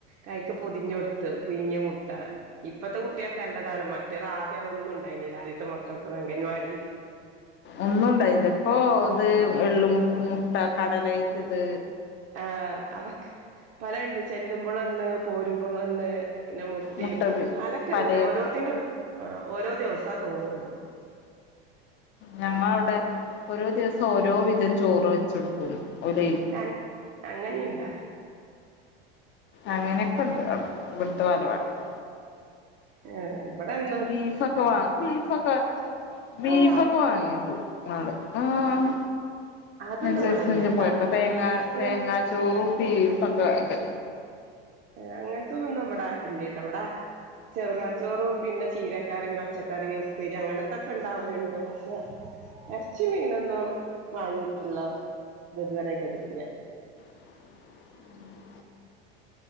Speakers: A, on the right; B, on the left.
A: കൈക്ക് പൊതിഞ്ഞൊട്ത്ത് പുയ്ങ്ങിയ മുട്ട ഇപ്പത്തെ കുട്ട്യേക്ക് നല്ലതാണ്. മറ്റേത് ആദ്യം അതൊന്നും ഉണ്ടായിന്നീല്ല. ആദ്യത്തെ മക്കൾക്കൊ അംഗൻവാടീല്
B: ഒന്നുംണ്ടായില്ല. ഇപ്പൊ ഇത് എള്ളു മു മുട്ട കടലയ്റ്റ് ത്
A: ആഹ് അതൊക്കെ പലണ്ട് ചെല്ലുമ്പൊ ളൊന്ന് പോരുമ്പളൊന്ന് പിന്നെ മുട്ടിയും
B: മുട്ട
A: പലൊക്കെ
B: പലേത്
A: ഉണ്ട്. ഓരോത്തിനും ആ ഓരോ ദിവസ തോന്നുന്നുണ്ട്.
B: ഞങ്ങ അവടെ ഓരോ ദിവസം ഓരോ വിധം ചോറ് വചൊടുക്കും. <unintelligible>
A: അങ് അങ്ങനേ ഇണ്ടാ?
B: അങ്ങനെയൊക്കെണ്ട് അവിടെ. ഇവിടുത്തെ വാലവാടീല്.
A: ഏഹ് ഇവിടെ അങ്ങ
B: ബീഫ്ഒക്കെ വാ ബീഫ്ഒക്കെ, ബീഫൊക്കെ
A: ആഹ്
B: വാങ്ങിയണ്ട് ന്നാള് ആഹ്.
A: അതൊന്നും
B: അനുസരിച്
A: ഇവിടെ ഇല്ല്യട്ടാ
B: അയിന്റെ പോയപ്പൊ. തേങ്ങ
A: ബീഫും
B: തേങ്ങ ചോറും ബീഫ് ഒക്ക ഇണ്ട്.
A: ഏ അങ്ങനത്തതൊന്നും ഇവ്ടെ ഇല്ല്യാട്ട. ഇവിടെ ചെറുപയർ ചോറും, പിന്നെ ചീരക്കറി, പച്ചക്കറി ഉപ്പേരി അങ്ങനത്തൊക്കെ ഇണ്ടാവലുണ്ട്. പക്ഷെ, ഇറച്ചി മീനൊന്നും വാങ്ങിട്ടുള്ള ഇത് ഇതുവരെ കേട്ടിട്ടില്ല.
B: <inaudible>